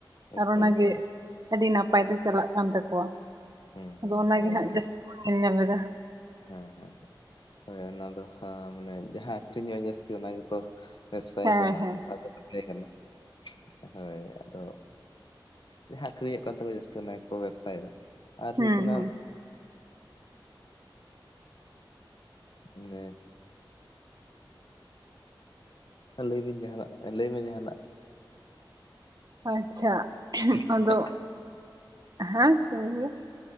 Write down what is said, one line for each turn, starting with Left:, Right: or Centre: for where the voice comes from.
Left: ᱮᱠᱫᱚᱢ
Right: ᱟᱨ ᱚᱱᱟ
Left: ᱮᱠᱫᱚᱢ
Right: ᱜᱮ ᱟᱹᱰᱤ ᱱᱟᱯᱟᱭ ᱛᱮ ᱪᱟᱞᱟᱜ ᱠᱟᱱ ᱛᱟᱠᱚᱣᱟ᱾
Left: ᱦᱩᱸ ᱦᱩᱸ
Right: ᱟᱫᱚ ᱚᱱᱟ
Left: ᱦᱳᱭ
Right: ᱜᱮ ᱦᱟᱸᱜ
Left: ᱚᱸᱰᱮ
Right: ᱡᱟᱹᱥᱛᱤ ᱧᱮᱞ ᱧᱟᱢᱫᱟ᱾
Left: ᱦᱮᱸ ᱦᱮᱸ ᱦᱳᱭ ᱚᱱᱟ ᱫᱚ ᱢᱟᱱᱮ ᱡᱟᱦᱟᱸ ᱟᱹᱠᱷᱨᱤᱧᱚᱜᱼᱟ ᱡᱟᱹᱥᱛᱤ ᱚᱱᱟ ᱜᱮᱛᱚ ᱵᱮᱵᱽᱥᱟᱭ
Right: ᱦᱮᱸ
Left: ᱠᱚ ᱚᱱᱟ,
Right: ᱦᱮᱸ
Left: ᱟᱫᱚ ᱛᱟᱦᱮᱸ ᱠᱟᱱᱟ ᱦᱟᱹᱭ ᱟᱫᱚ ᱡᱟᱦᱟᱸ ᱟᱹᱠᱷᱨᱤᱧᱚᱜ ᱠᱟᱱ ᱛᱟᱠᱚᱣᱟ ᱡᱟᱹᱥᱛᱤ ᱚᱱᱟ ᱜᱮᱠᱚ ᱵᱮᱵᱥᱟᱭᱮᱫᱟ ᱟᱨ
Right: ᱦᱩᱸ
Left: ᱦᱩᱭᱩᱜ ᱠᱟᱱᱟ
Right: ᱦᱩᱸ
Left: ᱚᱱᱮ ᱞᱟᱹᱭ ᱵᱤᱱ ᱡᱟᱦᱟᱱᱟᱜ, ᱞᱟᱹᱭ ᱵᱤᱱ ᱡᱟᱦᱟᱱᱟᱜ᱾
Right: ᱟᱪᱪᱷᱟ
Left: ᱠᱩᱠᱞᱤ ᱠᱚ
Right: ᱟᱫᱚ,
Left: ᱢᱮᱱᱟᱜ ᱠᱷᱟᱱ
Right: ᱦᱮᱸ ᱪᱮᱢ ᱞᱮᱠᱮᱫᱟ?